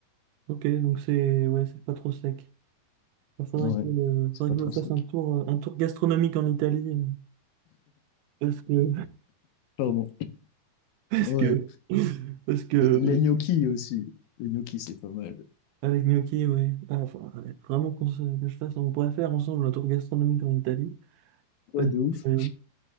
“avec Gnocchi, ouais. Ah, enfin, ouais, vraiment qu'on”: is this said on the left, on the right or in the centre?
Right